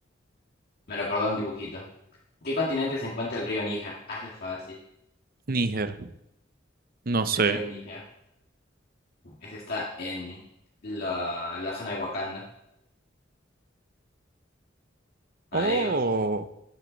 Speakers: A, on the left; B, on the right.
A: Me recordó un dibujito. ¿En qué continente se encuentra el río Níger? Ah, ese es fácil.
B: Níger. No
A: El
B: sé.
A: río Níger. Ese está en la, la zona de Wakanda. No
B: Oh,
A: le digo.